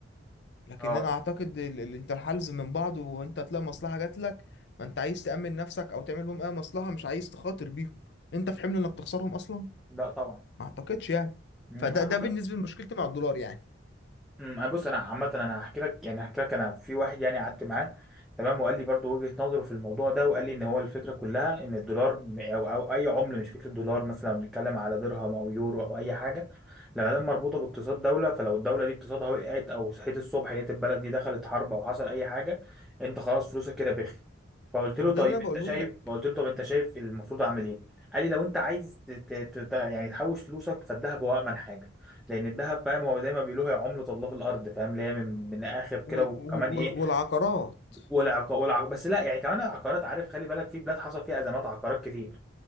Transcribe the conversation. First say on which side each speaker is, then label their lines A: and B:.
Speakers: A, on the left; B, in the centre.
A: لكن
B: اه
A: انا اعتقد ال- ال- انت الحلز من بعض وانت هتلاقي مصلحة جات لك فانت عايز تأمن نفسك او تعمل لهم اي مصلحة مش عايز تخاطر بيهم انت في حمل انك تخسرهم اصلا
B: لا طبعا
A: ما اعتقدش يعني
B: مم.
A: فده
B: انا
A: ده
B: بص
A: بالنسبة لمشكلتي مع الدولار يعني
B: امم بص انا عامه انا هحكي لك يعني هحكي لك انا في واحد يعني قعدت معاه تمام وقال لي برضو وجهه نظره في الموضوع ده وقال لي ان هو الفكره كلها ان الدولار ب- او او اي عمله مش فكره دولار مثلا لو بنتكلم على درهم او يورو او اي حاجه لما دام مربوطه باقتصاد دوله فلو الدوله دي اقتصادها وقعت او صحيت الصبح لقيت البلد دي دخلت حرب او حصل اي حاجه انت خلاص فلوسك كده بخ فقلت
A: ما
B: له
A: هو
B: طيب
A: ده اللي انا بقوله
B: انت شايف
A: لك
B: قلت له طب انت شايف المفروض اعمل ايه قال لي لو انت عايز ت... ت... ت... يعني تحوش فلوسك فالذهب هو امن حاجه لان الذهب فاهم هو زي ما بيقولوا هي عملة الله في الارض فاهم اللي هي من من اخر كده
A: وال...
B: وكمان
A: وال...
B: ايه
A: والعقارات
B: والعق والعق بس لا يعني كمان العقارات عارف خلي بالك في بلاد حصل فيها ازمات عقارات كتير